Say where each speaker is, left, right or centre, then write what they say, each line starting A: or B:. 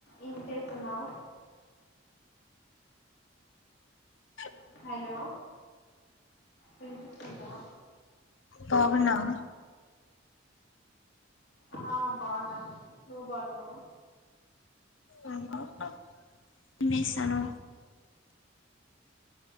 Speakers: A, on the left (about 55°); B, on the left (about 80°).
A: ఏం చేస్తున్నావ్?
B: అ
A: హలో విన్పిస్తుందా?
B: బాగున్నావా?
A: ఆ బాగున్నాను, నువ్ బాగున్నావా?
B: <inaudible> మినేసాను